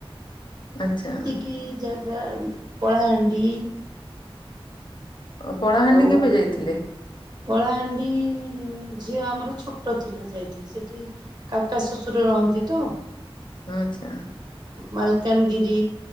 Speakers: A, on the left (about 55°); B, on the right (about 45°).
A: ଆଚ୍ଛା
B: ଏତିକି ଜାଗା କଳାହାଣ୍ଡି
A: ଅ, କଳାହାଣ୍ଡି
B: ଆଉ
A: କେବେ ଯାଇଥିଲେ?
B: କଳାହାଣ୍ଡିଇ ଝିଅ ଆମର ଛୋଟ ଥିଲା ଯାଇଥିଲି। ସେଠି କାକା ଶଶୁର ରହନ୍ତି ତ।
A: ଆଚ୍ଛା।
B: ମାଲକାନଗିରି,